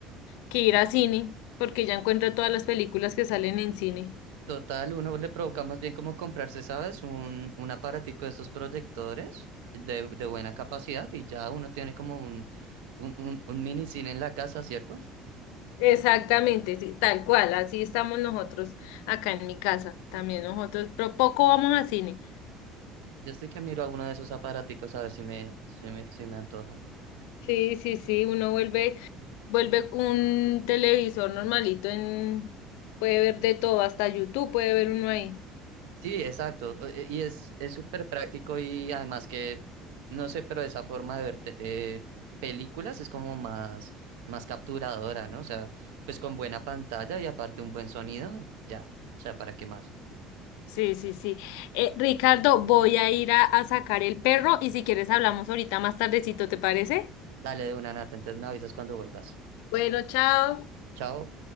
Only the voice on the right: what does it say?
total, uno le provoca más bien como comprarse, ¿sabes? Un, un aparatico de esos proyectores de, de buena capacidad y ya uno tiene como un, un, un, un mini cine en la casa, ¿cierto?
Yo estoy que miro a uno de esos aparaticos a ver si me, si me, si me antoja.
Sí, exacto. e- e, Y es es súper práctico y además que, no sé, pero esa forma de ver te- eh, películas es como más, más capturadora, ¿no? O sea, pues con buena pantalla y aparte un buen sonido, ya. O sea, ¿para qué más?
Dale de una nata, entonces me avisas cuando vuelvas.
Chao.